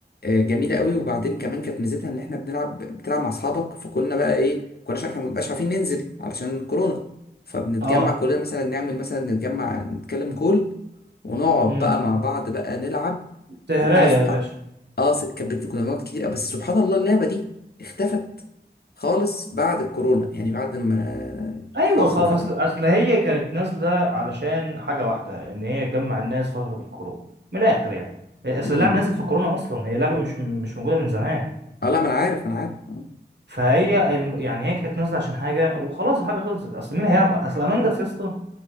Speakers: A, on the left; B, on the right.
A: آه، جميله قوي وبعدين كمان كانت ميزتها ان احنا بنلعب بتلعب مع اصحابك فكنا بقى ايه كناش احنا مبقاش عارفين ننزل علشان كورونا فبنتجمع
B: اه
A: كلنا مثلا نعمل مثلا نتجمع نتكلم كل ونقعد
B: امم
A: بقى مع بعض بقى نلعب
B: تهراية
A: انا
B: يا باشا
A: اه س- كانت بت- كنا بنقعد كتير أوي. بس سبحان الله اللعبه دي اختفت خالص بعد الكورونا يعني بعد ما
B: ايوه
A: الحظر
B: خلاص
A: فتح
B: اصل اصل هي كانت نازله علشان حاجه واحده ان هي تجمع الناس فتره الكورونا من الاخر يعني اصل
A: امم
B: اللعبه نزلت في الكورونا اصلا هي لعبه مش مش موجوده من زمان
A: اه لا ما انا عارف انا عارف اه
B: فهي الم... يعني هي كانت نازله عشان حاجه وخلاص الحاجه خلصت اصل مين هيلعب اصل امونج اس يا اسطى